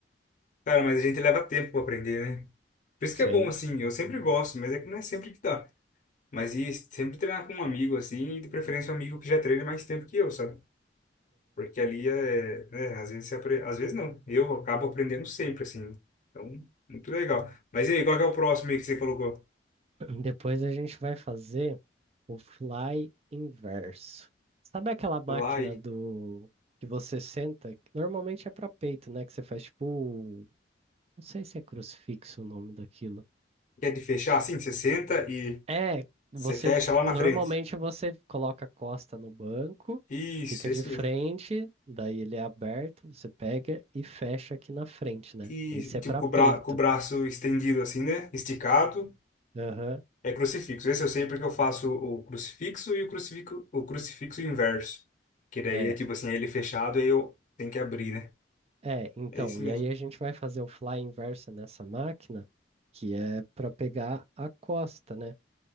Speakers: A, on the left; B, on the right.
A: Cara, mas a gente leva tempo pra aprender, né? Por isso que
B: <laughs> Sim.
A: é bom, assim, eu sempre gosto, mas é que não é sempre que dá. Mas e sempre treinar com um amigo, assim, e de preferência um amigo que já treina mais tempo que eu, sabe? Porque ali é, né, às vezes você apre... às vezes não. Eu acabo aprendendo sempre, assim. Então, muito legal. Mas e aí, qual que é o próximo aí que você colocou?
B: Depois a gente vai fazer o fly inverso. Sabe aquela máquina
A: Lá e
B: do que você senta? que Normalmente é para peito, né? Que você faz tipo, não sei se é crucifixo o nome daquilo.
A: que é de fechar, assim, você senta e
B: É, você
A: você fecha lá na
B: normalmente
A: frente.
B: você coloca a costa no banco,
A: Isso,
B: fica
A: esse
B: de frente,
A: mesmo.
B: daí ele é aberto, você pega e fecha aqui na frente, né?
A: E
B: Esse é
A: tipo,
B: para
A: com
B: peito.
A: o bra... com o braço estendido, assim, né? Esticado.
B: Aham.
A: É crucifixo. Esse eu sei porque eu faço o crucifixo e o crucifixo, o crucifixo inverso. Que daí
B: é.
A: é tipo assim, é ele fechado, aí eu tenho que abrir, né?
B: É, então,
A: É esse
B: e
A: mesmo,
B: aí a gente vai fazer o fly inversa nessa máquina, que é para pegar a costa, né?